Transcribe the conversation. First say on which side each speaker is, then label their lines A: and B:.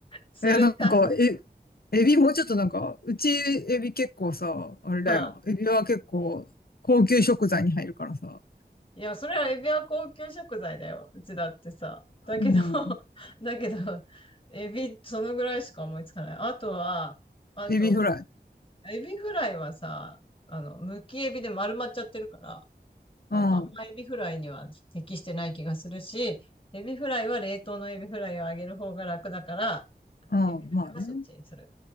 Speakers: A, on the left; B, on the left.
A: それか、
B: や、なんか、え、エビもうちょっとなんか、うちエビ結構さ、あれだよ。
A: はあ
B: エビは結構高級食材に入るからさ。
A: いや、それはエビは高級食材だよ。うちだってさ。だけど、
B: うん。
A: <laughs> だけど、エビ、そのぐらいしか思いつかない。あとは、あと、
B: エビフライ。
A: エビフライはさ、あの、むきエビで丸まっちゃってるから、なんかあんまエビフライには適してない気がするし、
B: うん。う
A: エビフライは冷凍のエビフライをあげる方が楽だから、
B: ん。
A: エビフライはそっちにする。
B: まあね。